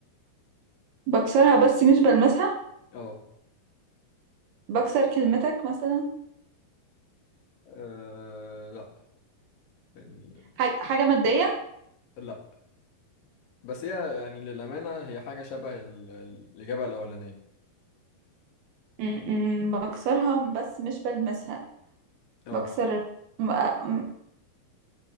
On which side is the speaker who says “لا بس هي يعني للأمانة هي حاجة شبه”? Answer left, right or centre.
Left